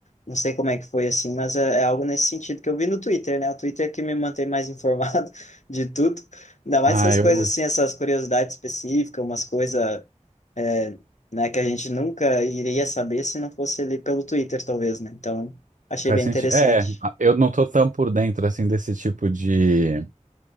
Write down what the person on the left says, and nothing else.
não sei como é que foi assim, mas é, é algo nesse sentido que eu vi no Twitter, né? O Twitter é que me mantém mais informado <laughs> de tudo. Ainda mais
essas
coisas assim, essas curiosidades específicas, umas coisas, é, né, que a gente nunca iria saber se não fosse ali pelo Twitter, talvez, né? Então, achei
bem
interessante.